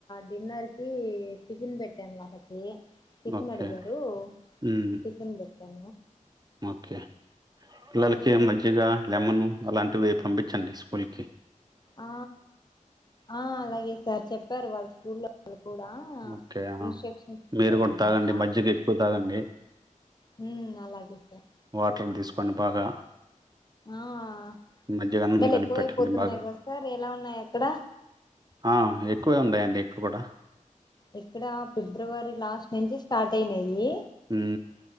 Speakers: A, on the left (about 30°); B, on the right (about 30°).
A: డిన్నర్ కి టిఫిన్ పెట్టాను వాళ్ళకి టిఫిన్
B: ఓకే
A: అడిగారు
B: హ్మ్.
A: టిఫిన్ బట్ <inaudible>
B: ఓకే పిల్లలకి
A: సో
B: మజ్జిగా లెమన్ అలాంటివి పంపించండి స్కూల్ కి
A: ఆ ఆ అలాగే సార్ చెప్పారు వాళ్ళు స్కూల్ లో కూడా
B: ఓకే. ఆ!
A: ఇన్స్ట్రక్షన్స్ ఇచ్చారనమాట
B: మీరు గూడా తాగండి. మజ్జిగ ఎక్కువ తాగండి.
A: హు అలాగే సార్
B: వాటర్ తీసుకొండి బాగా
A: ఆ
B: మజ్జిగాన్నం
A: ఎండలు
B: కలిపిపెట్టండి
A: ఎక్కువైపోతున్నాయి
B: బాగా
A: కదా సార్ ఎలా ఉన్నాయి అక్కడ
B: ఆ ఎక్కువే ఉన్నాయండి ఇప్పుడు కూడా
A: ఇక్కడ ఫిబ్రవరి లాస్ట్ నుంచి స్టార్ట్ అయినాయి
B: ఉ